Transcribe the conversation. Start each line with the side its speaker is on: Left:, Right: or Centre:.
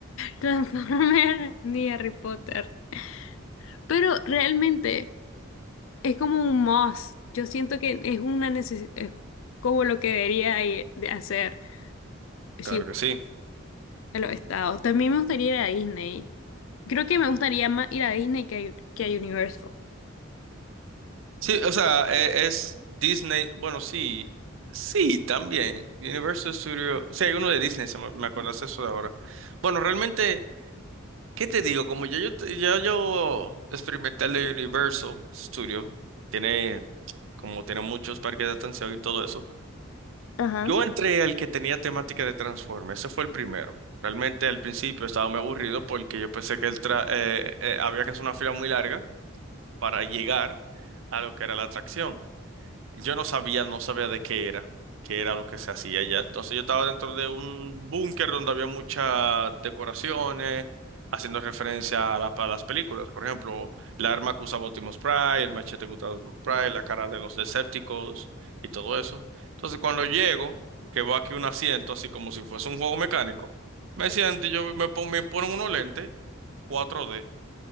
Left: Transformer, <laughs> ni Harry Potter. Pero realmente es como un must. Yo siento que es una necesidad, como lo que debería ir de hacer. Si
Right: Claro que sí.
Left: a los estados. También me gustaría ir a Disney. Creo que me gustaría más ir a Disney que a, que a Universal.
Right: Sí, o sea, e- es Disney, bueno, sí, sí, también. Universal Studios, sí, hay uno de Disney, se me, me acordaste eso de ahora. Bueno, realmente, ¿qué te digo? Como ya yo, te- ya yo experimenté el de Universal Studio, tiene, como tiene muchos parques de atención y todo eso.
Left: Ajá.
Right: Yo entré al que tenía temática de Transformers, ese fue el primero. Realmente al principio estaba muy aburrido porque yo pensé que el tra- eh, eh, había que hacer una fila muy larga para llegar a lo que era la atracción. Yo no sabía, no sabía de qué era, qué era lo que se hacía allá. Entonces yo estaba dentro de un búnker donde había muchas decoraciones, haciendo referencia a, la- a las películas. Por ejemplo, la arma que usaba Optimus Prime, el machete que usaba Optimus Prime, la cara de los Decepticons y todo eso. Entonces cuando llego, que veo aquí un asiento, así como si fuese un juego mecánico, me siento y yo me, pon- me ponen unos lentes 4D.